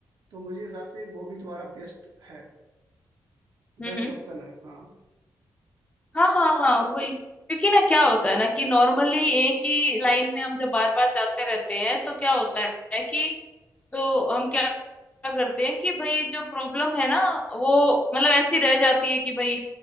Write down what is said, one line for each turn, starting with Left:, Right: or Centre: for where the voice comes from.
Right: तो मुझे हिसाब से वो भी तुम्हारा बेस्ट है
Left: हम्म
Right: बेस्ट
Left: हम्म
Right: ऑप्शन है हाँ
Left: हाँ हाँ हाँ वही क्योंकि ना क्या होता है ना कि नॉर्मली एक ही लाइन में हम जब बार बार जाते रहते हैं तो क्या होता है कि तो हम क्या क्या करते हैं कि भाई जो प्रॉब्लम है ना वो मतलब ऐसी रह जाती है कि भाई